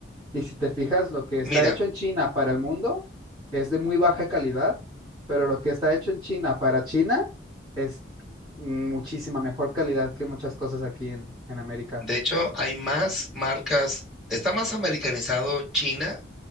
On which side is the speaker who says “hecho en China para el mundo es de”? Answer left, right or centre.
Right